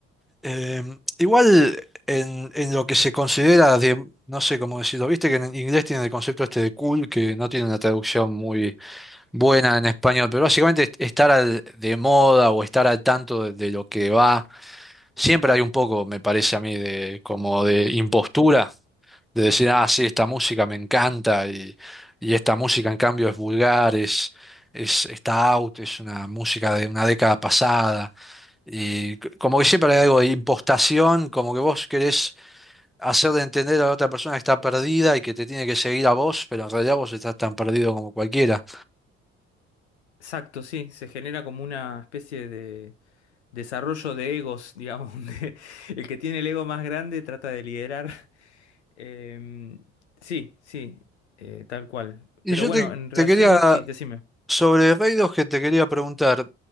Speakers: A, in the centre; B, on the left.
A: Em, igual en, en lo que se considera de, no sé cómo decirlo, viste que en inglés tienen el concepto este de cool, que no tiene una traducción muy buena en español, pero básicamente est- estar al- de moda o estar al tanto de, de lo que va, siempre hay un poco, me parece a mí, de como de impostura, de decir, ah, sí, esta música me encanta y, y esta música en cambio es vulgar, es, es, está out, es una música de una década pasada. Y c- como que siempre hay algo de impostación, como que vos querés hacer de entender a la otra persona que está perdida y que te tiene que seguir a vos, pero en realidad vos estás tan perdido como cualquiera.
B: Exacto, sí, se genera como una especie de desarrollo de egos, digamos, <laughs> donde el que tiene el ego más grande trata de liderar. <laughs> Em, sí, sí, eh, tal cual.
A: Y
B: Pero
A: yo
B: bueno,
A: te,
B: en relación,
A: te quería,
B: sí, decime.
A: sobre Raidos que te quería preguntar,